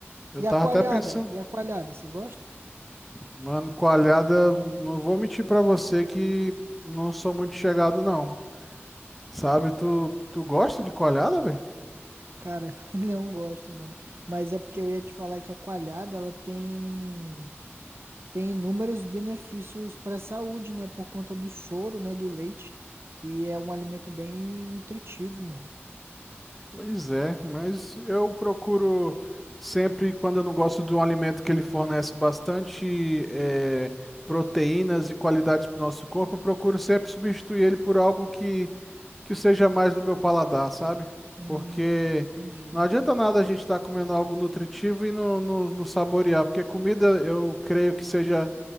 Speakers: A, in the centre; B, on the right.
A: Eu
B: E
A: tava
B: a coalhada?
A: até pensando.
B: E a coalhada, você gosta?
A: Mano, coalhada, não vou mentir pra você que não sou muito chegado, não. Sabe, tu, tu gosta de coalhada, velho?
B: Cara, <laughs> não gosto, mano. Mas é porque eu ia te falar que a coalhada, ela tem tem inúmeros benefícios para a saúde, né, por conta do soro, né, do leite, e é um alimento bem nutritivo, mano.
A: Pois é, mas eu procuro sempre, quando eu não gosto de um alimento que ele fornece bastante eh, proteínas e qualidades para o nosso corpo, eu procuro sempre substituir ele por algo que, que seja mais do meu paladar, sabe?
B: Hum,
A: Porque
B: entendi.
A: não adianta nada a gente estar comendo algo nutritivo e não, não, não saborear, porque comida eu creio que seja